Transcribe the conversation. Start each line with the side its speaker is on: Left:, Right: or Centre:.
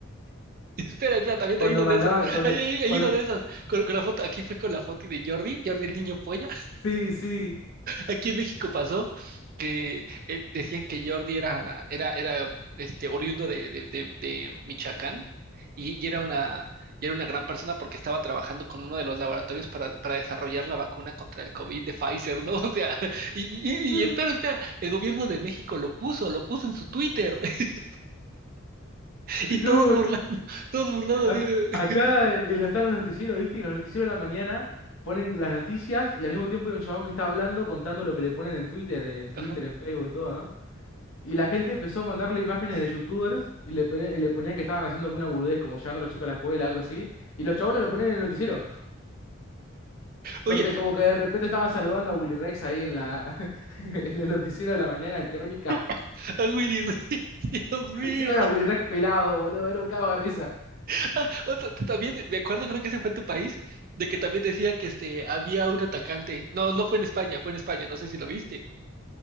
Right: Espera, espera, también
Left: cuando
Right: hay una
Left: mandaba,
Right: de esas.
Left: cuando,
Right: Hay, hay- hay
Left: cuando,
Right: una de esas. Con, con la foto, aquí fue con la foto de Jordi, Jordi el niño polla.
Left: sí, sí,
Right: Aquí en México pasó que eh, decían que Jordi era, era, era este, oriundo de, de, de- de Michoacán y, y era una, y era una gran persona porque estaba trabajando con uno de los laboratorios para, para desarrollar la vacuna contra el COVID de Pfizer, ¿no? <laughs> O sea, y, y,
Left: <laughs>
Right: y espera, espera, el gobierno de México lo puso, lo puso en su Twitter <laughs> y todos
Left: no,
Right: burlando, todos burlando
Left: Acá,
Right: así de...
Left: acá, eh, en- están los noticieros, ¿viste? Y los noticieros de la mañana ponen las noticias y al mismo tiempo hay un chabón que está hablando contando lo que le ponen en Twitter, eh, en Twitter,
Right: <laughs> Ajá.
Left: en Facebook, en todo, ¿no? Y la gente empezó a mandarle imágenes de youtubers y le, pe- le ponían que estaban haciendo alguna burudez, como llevando a los chicos a la escuela, algo así. Y los chabones lo ponían en el noticiero. Corte,
Right: Oye,
Left: como que de repente estaban saludando a Willy Rex ahí en la, <laughs> en el noticiero de la mañana, en Crónica.
Right: <laughs> a Willy <laughs> Dios mío.
Left: Encima era Willy Rex pelado, boludo, era un cago de risa.
Right: <laughs> Otro- t- también me acuerdo, creo que ese fue en tu país, de que también decía que este, había un atacante. No, no fue en España, fue en España, no sé si lo viste.